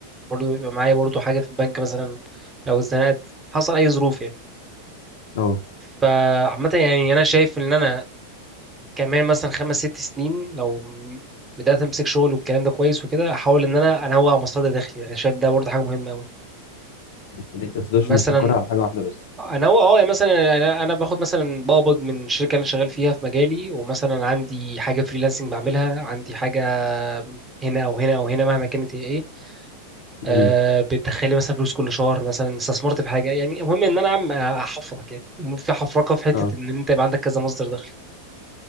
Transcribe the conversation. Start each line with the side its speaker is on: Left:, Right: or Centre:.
Right: برضه يبقى معايا برضه حاجة في البنك مثلا لو اتزنقت حصل أي ظروف يعني
Left: اه
Right: فعامة يعني أنا شايف إن أنا كمان مثلا خمس ست سنين لو م- بدأت أمسك شغل والكلام ده كويس وكده أحاول إن أنا أنوع مصادر دخلي يعني شايف ده برضه حاجة مهمة أوي
Left: ان انت تفضلش
Right: مثلا
Left: مستقر على حاجة واحدة بس
Right: أنوع أه يعني مثلا أنا أنا باخد مثلا بقبض من الشركة اللي أنا شغال فيها في مجالي ومثلا عندي حاجة فريلانسنج بعملها عندي حاجة هنا أو هنا أو هنا مهما كانت هي إيه
Left: جميل
Right: آه، بتدخلي مثلا فلوس كل شهر مثلا استثمرت في حاجه يعني المهم ان انا عم احفرك يعني المهم في حفرقه في حته
Left: اه
Right: ان انت يبقى عندك كذا مصدر دخل